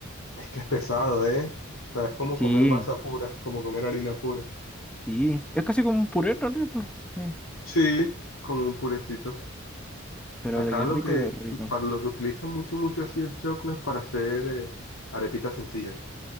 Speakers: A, on the left; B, in the centre.
A: Es que es pesado, ¿eh? O sea, es como
B: Sí,
A: comer masa pura, como comer harina pura.
B: sí. Es casi como un puré en realidad, pues. Sí.
A: Sí, como un purecito.
B: Pero
A: Acá
B: de que es
A: lo
B: rico,
A: que,
B: es rico.
A: para lo que utilizan mucho, mucho así el choclo es para hacer eh, arepitas sencillas.